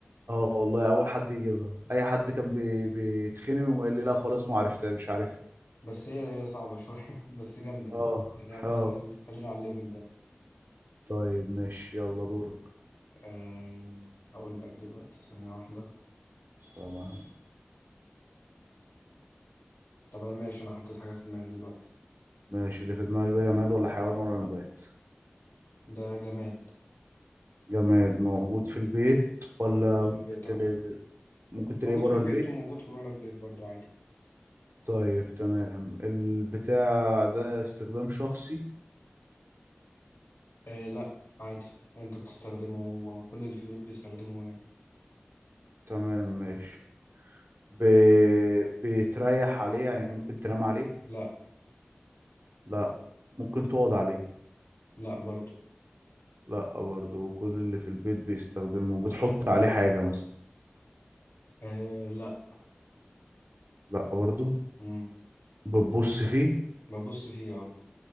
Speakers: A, on the right; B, on the left.
A: اه والله اول حد يجيبها اي حد كان بي... بيتخني ويقول لي لا خلاص ما عرفتها مش عارف
B: بس هي هي صعبة شوية <laughs> بس جامدة
A: اه
B: يعني خلينا
A: اه
B: على- خلينا على الليفل ده
A: طيب ماشي يلا دورك
B: أه... هقول لك دلوقتي ثانية واحدة
A: طبعا.
B: طب أنا ماشي أنا حطيت حاجة في دماغي دلوقتي
A: ماشي اللي في دماغك ده جماد ولا حيوان ولا نبات
B: ده جماد
A: جماد موجود في البيت ولا
B: موجود في
A: ممكن
B: البيت أه
A: تلاقيه ممكن تلاقيه
B: موجود
A: بره
B: في البيت
A: البيت
B: وموجود في بره البيت برضو عادي
A: طيب تمام البتاع ده استخدام شخصي
B: أه لا عادي أنت بتستخدمه وكل اللي في البيت بيستخدموه يعني
A: تمام ماشي ب... بتريح عليه يعني ممكن تنام عليه
B: لا
A: لا ممكن تقعد عليه
B: لا برضو
A: لا برضه وكل اللي في البيت بيستخدمه بتحط عليه حاجة مثلا
B: آه لا
A: لا برضه
B: مم.
A: بتبص فيه
B: ببص فيه اه